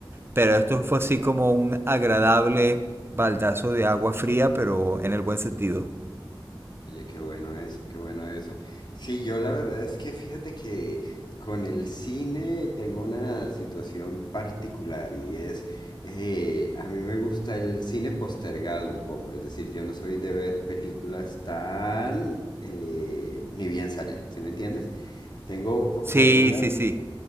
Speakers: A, on the right (about 25°); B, on the left (about 55°).
A: pero esto fue así como un agradable baldazo de agua fría, pero en el buen sentido.
B: Oye, qué bueno eso, qué bueno eso. Sí, yo la verdad es que fíjate que con el cine tengo una situación particular y es, eh, a mí me gusta el cine postergado un poco, es decir, yo no soy de ver películas tan, eh, ni bien salen, ¿sí me entiendes? Tengo, po-
A: Sí,
B: de alguna,
A: sí, sí.